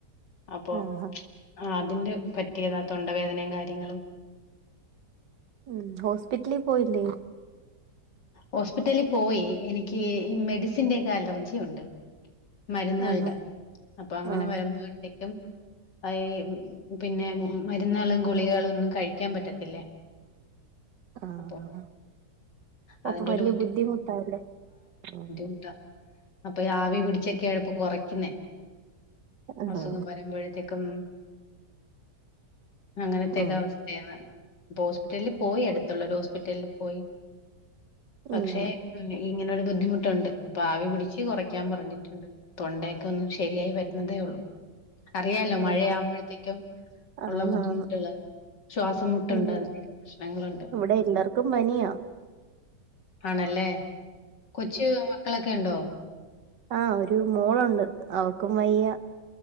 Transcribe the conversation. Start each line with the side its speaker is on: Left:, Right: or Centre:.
Left: അപ്പൊ
Right: ആഹ്
Left: അതിന്റെ പറ്റിയതാ തൊണ്ടവേദനയും കാര്യങ്ങളും
Right: ഉം ഹോസ്പിറ്റലി പോയില്ലേ
Left: ഹോസ്പിറ്റലി പോയി എനിക്ക് ഈ മെഡിസിന്റെ ഒക്കെ അലർജി ഉണ്ട് മരുന്നുകൾടെ
Right: ആഹ്
Left: അപ്പൊ അങ്ങനെ
Right: ആഹ്
Left: വരുമ്പോഴത്തേക്കും അയ് പിന്നെ മരുന്നുകളും ഗുളികളും ഒന്നും കഴിക്കാൻ പറ്റത്തില്ലേ
Right: ആഹ് ആഹ്
Left: അപ്പൊ
Right: ആഹ്‌ ഓഹ്
Left: അതിന്റെ
Right: അപ്പൊ വല്യ
Left: ഒരു
Right: ബുദ്ധിമുട്ടാല്ലേ ആഹ്
Left: <unintelligible> ട്ടാ അപ്പൊയാവി പിടിച്ചൊക്കെയാണ്‌പ്പൊ കൊറയ്ക്ക്ന്നേ
Right: ആഹ്
Left: അസുഖം വരുമ്പഴത്തേക്കും അങ്ങനത്തെക്കെ
Right: ആഹ്
Left: അവസ്ഥയേന്ന് അപ്പൊ ഹോസ്പിറ്റലില് പോയി അടുത്തുള്ള ഒരു ഹോസ്പിറ്റലിൽ പോയി പക്ഷേ
Right: ഉം
Left: ഉം ഇങ്ങനെ ഒരു ബുദ്ധിമുട്ടുണ്ട് അപ്പൊ ആവി പിടിച്ച് കൊറയ്ക്കാൻ പറഞ്ഞിട്ടുണ്ട് തൊണ്ടയൊക്കെ ഒന്ന് ശരിയായി വരുന്നതേ ഉള്ളു അറിയാലോ മഴയാവുമ്പഴത്തേക്കും
Right: ആഹ് ആന്നാന്ന്
Left: ഉള്ള ബുദ്ധിമുട്ടുകള് ശ്വാസംമുട്ടുണ്ട്
Right: ഉം
Left: അതിനെയൊക്കെ പ്രശ്നങ്ങളുണ്ട്
Right: ഇവിടെ എല്ലാർ ക്കും പനിയാ
Left: ആണല്ലേ കൊച്ച് മക്കളൊക്കെ ഉണ്ടോ
Right: ആഹ്‌ ഒരു മോളുണ്ട് അവൾക്കും വയ്യ